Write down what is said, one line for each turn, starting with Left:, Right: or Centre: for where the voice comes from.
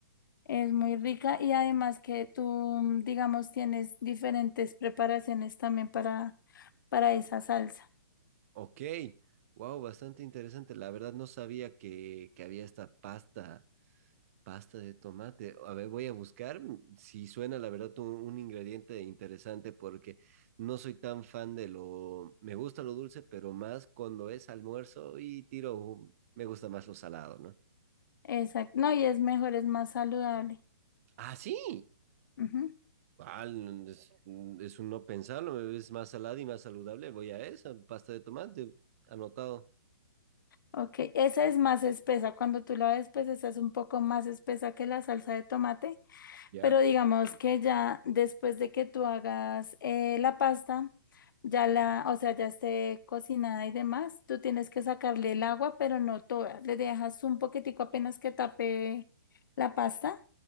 Left: Es muy rica y además que tú, digamos, tienes diferentes preparaciones también para para esa salsa.
Right: Ok, wow, bastante interesante. La verdad no sabía que, que había esta pasta, pasta de tomate. A ver, voy a buscar mm, si suena, la verdad, un, un ingrediente interesante porque no soy tan fan de lo, me gusta lo dulce, pero más cuando es almuerzo y tiro, me gusta más lo salado, ¿no?
Left: Exacto. No, y es mejor, es más saludable.
Right: Ah, sí.
Left: Ujú.
Right: Ah, n- es, mm, es un no pensarlo, es más salada y más saludable. Voy a esa, pasta de tomate, anotado.
Left: Ok, esa es más espesa. Cuando tú la ves, pues esa es un poco más espesa que la salsa de tomate,
Right: ¿Ya?
Left: pero digamos que ya después de que tú hagas eh, la pasta, ya la, o sea, ya esté cocinada y demás, tú tienes que sacarle el agua, pero no toda. Le dejas un poquitico apenas que tape la pasta